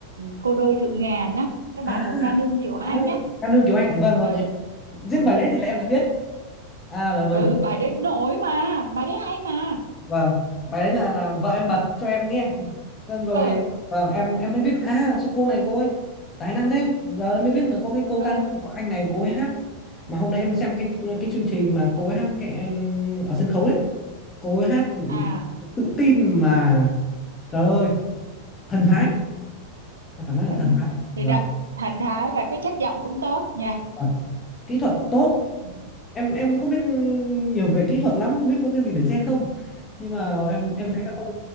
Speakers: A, on the right; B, on the left.
A: cô đôi thượng ngàn á cái bài
B: à,
A: của ca nương Kiều Anh
B: à
A: á
B: Cát Lương Kiều Anh vâng vâng
A: ừ
B: em- riêng
A: ừ
B: bài đấy thì là em đã biết à là bởi
A: ừ bài đấy nổi mà bài đấy hay mà
B: vâng bài đấy là là vợ em bật cho em nghe xong rồi
A: ờ
B: vâng em em mới biết à sao cô này cô ấy tài năng thế giờ em mới biết là có cái cô
A: ờ
B: ca nữ của anh này cô ấy hát mà hôm nay em xem cái cái chương trình mà cô ấy hát cái em ở sân khấu đấy cô ấy hát ừ,
A: à
B: tự tin mà trời ơi thần thái em phải nói là
A: Thanh,
B: thần thái và,
A: thì đó thần thái và cái chất giọng cũng tốt nha
B: và kỹ thuật tốt
A: ừ
B: em em không biết nhiều về kỹ thuật lắm không biết có cái gì để chê không nhưng mà em em
A: ừ
B: thấy là không